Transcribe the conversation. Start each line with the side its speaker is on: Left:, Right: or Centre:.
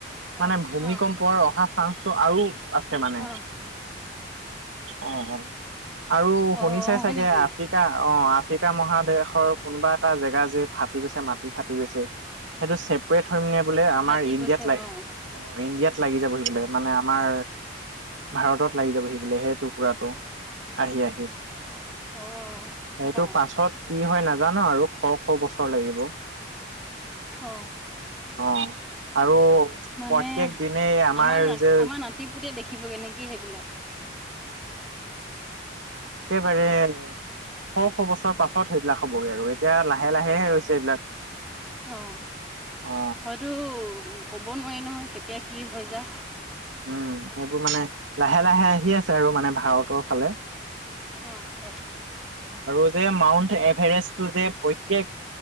Right: মানে
Centre: অ',
Right: ভূমিকম্প
Centre: অ',
Right: অহা চান্সটো আৰু আছে মানে।
Centre: অ',
Right: অ', অ', আৰু শুনিচাই
Centre: অ', হয়
Right: চাগে
Centre: নেকি?
Right: আফ্ৰিকা অ', আ আফ্ৰিকা মহাদেশৰ কোনোবা এটা জেগা যে ফাটি গৈছে মাত <unintelligible> ফাটি গৈছে, সেইটো চেপৰেট হৈ মানে বোলে আমাৰ
Centre: ফাটি
Right: ইণ্ডিয়াত
Centre: গৈছে
Right: ল
Centre: অ',
Right: অ', ইণ্ডিয়াত লাগি যাবহি বোলে, মানে আমাৰ ভাৰতত লাগি যাবহি বোলে সেই টুকুৰাটো আহি আহি। সেইটো
Centre: অ', অ',
Right: পাছত কি হয় নাজানো আৰু, শ শ বছৰ লাগিব।
Centre: অহ
Right: অ আৰু
Centre: মানে
Right: প্ৰত্যেক দিনেই
Centre: আমাৰ না
Right: যে
Centre: আমাৰ নাতি পুতে দেখ দেখিব নেকি সেইবিলাক
Right: কেবাৰে শ, শ বছৰ পাছত সেইবিলাক হবগৈ আৰু এতিয়া লাহে লাহেহে হৈছে এইবিলাক
Centre: অ',
Right: অ
Centre: হয়তো ক'ব নোৱাৰি নহয় কেতিয়া কি হৈ যা
Right: উম, সেইবোৰ মানে লাহে, লাহে আহি আছে আৰু মানে ভাৰতৰ ফালে
Centre: অ', হয়
Right: আৰু যে মাউণ্ট এভাৰেষ্টটো যে প্ৰত্যয়েক